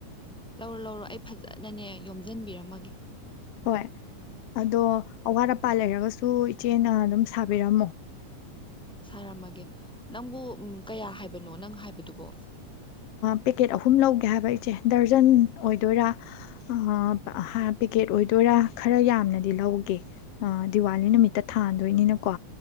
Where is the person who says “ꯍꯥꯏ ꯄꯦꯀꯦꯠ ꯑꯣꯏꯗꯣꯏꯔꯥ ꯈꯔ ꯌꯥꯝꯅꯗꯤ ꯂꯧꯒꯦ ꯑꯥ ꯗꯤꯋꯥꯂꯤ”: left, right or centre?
Left